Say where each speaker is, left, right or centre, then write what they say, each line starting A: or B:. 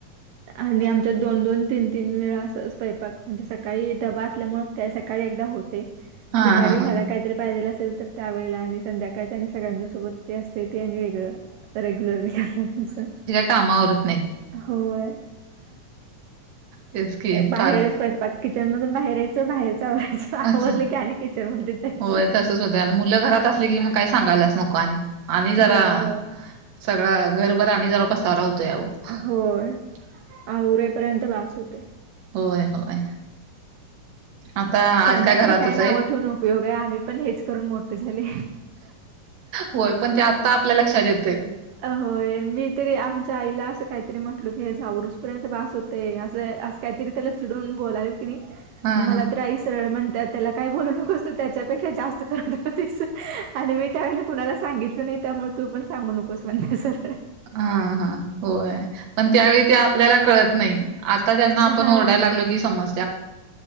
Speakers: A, on the right (about 80°); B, on the right (about 60°).
A: आणि आमच्या दोन-दोन. तीन-तीन वेळा अस स्वयपाक म्हणजे सकाळी डबा असल्यामुळे ते सकाळी एकदा होते.
B: हा
A: दुपारी
B: हा हा
A: ह काहीतरी पाहिजेला असेल तर त्या ववेळेला आणि संध्याकाळच आणि सगळ्यांच्या सोबत ते असते ते आणि वेगळं. रेग्युलरली कर तुस.
B: कामावरत.
A: होय
B: तेच की
A: बाहेरच.
B: सारखं
A: <unintelligible> ग किचन मधून बाहेर य. बाहेरचवयचं आवडलं
B: अच्छा
A: की आणिली किचन मध्ये जायचं.
B: होय तसंच होतंय आणि मुलं घरात
A: <inaudible>
B: असली की मग काय सांगायलाच आणि आणि जरा
A: होय होय
B: सगळा घरभर आणि जरा पसारा होतो अह.
A: होय आ उरेपर्यंत वाच होते.
B: होय होय. आता
A: त्यांना
B: आज काय घरातच
A: तरी काही ना
B: आहेत
A: आवठवून उपयोग आहे आम्ही पण हेच करून मोठे झाले.
B: होय पण ते आता आपल्या लक्षात येतय.
A: अ होय मी तरी आमच्या आईला असं काय. तरी म्हटलो की झाऊस पर्यंत बस होते असं अस काहीतरी त्याला चिडून बोलाव की नाही.
B: हां,
A: मला
B: हां.
A: तर आई सरळ म्हणत त्याला काही बोलू नकोसतो त्याच्यापेक्षा जास्त करून नकते. आणि मी त्यावेळेला कुणाला सांगितलं नाही त्यामुळे तू पण सांगू नकोस म्हण सर.
B: हा हा होय पण त्यावेळी ते आपल्याला कळत नाही आता त्यांना आपण
A: हा
B: ओरडायला लागलो की समज.